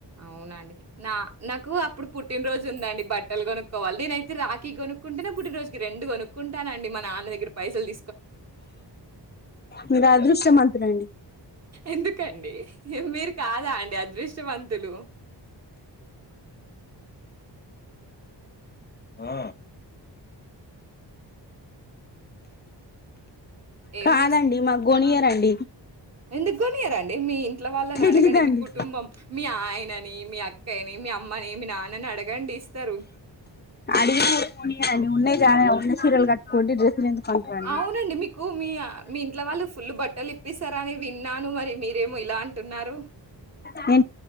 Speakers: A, on the right (about 35°); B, on the left (about 25°).
A: అవునండి నా నాకు అప్పుడు పుట్టినరోోజు ఉందండి బట్టలు కొనుక్కోవాలి నేనైతే రాఖీ కొనుక్క కుంటన్న పూటిన రోజుకి రెండు కొనుకుంటునాండి మా నాన్న దగ్గర పైసల్ తీసు
B: మీరు అదృష్టమంతులండి
A: ఎందుకండి మీరు కాదా అండి అదృష్టవంతులు
B: ఆ
A: ఏం
B: కాదండి
A: జేస్
B: మాకు గొనియరండి
A: ఆ! ఎందుకు కొనియారండి మీకి ఇట్ల వాళ్ళని
B: తెలీదండి
A: అడగండి మీ కుటుంబం మీ ఆయనని మీ అక్కయని మీ అమ్మని మీ నాన్నని అడగండి ఇస్తారు
B: అడిగిన కూడా కొనియాడండి ఉన్న సలాయ ఉన్న సీరలు కట్కుకోండి డ్రెస్సులు ఎందుకు కొంటారండి
A: అవునండి మీకు మీ మీ ఇంట్లో వాళ్ళు ఫుల్ బట్టలు ఇప్పిస్తారా అని విన్నాను మరి మీరేమో లా అంటున్నారు
B: అ